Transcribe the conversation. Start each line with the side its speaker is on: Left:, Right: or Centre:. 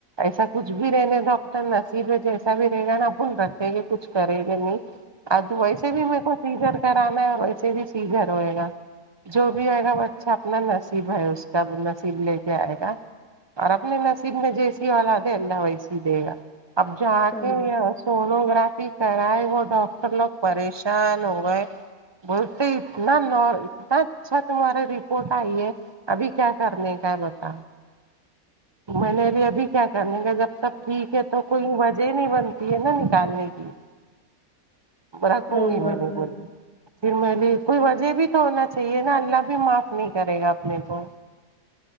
Right: ایسا کچھ بھی رہنے ڈاکٹر نصیب ہے جیسا بھی رہے گا نا اپن رکھے گے کچھ کرے گے نہیں اتو ویسے بھی میرے کو سیجر کرانا ہے ویسے بھی سیجر ہو گا جو بھی آئے گا وہ بچہ اپنا نصیب ہے اس کا نصیب لے آئے گا اور اپنے نصیب میں جیسی اولاد ہے اللہ ویسی دے گا اب جا
Centre: صحیح
Right: کے
Centre: ہے
Right: یا سونوگرافی کرائے وہ ڈاکٹر لوگ پریشان ہو گئے بولتے اتنا نار اتنا اچھا تمہاری رپورٹ آئی ہے ابھی کیا کرنے کا ہیں بس میں نے ابھی ابھی کیا کرنے کا جب تب ٹھیک ہے تو کوئی وج جہ نہیں بنتی ہے نا نکالنے کی رکھوں
Centre: صحیح
Right: گی
Centre: بات
Right: میں نے
Centre: ہے
Right: بولی فر میں بولی کوئی وجہ بھی تو ہونا چاہیے نا اللہ بھی معاف نہیں کرے گا اپنے کو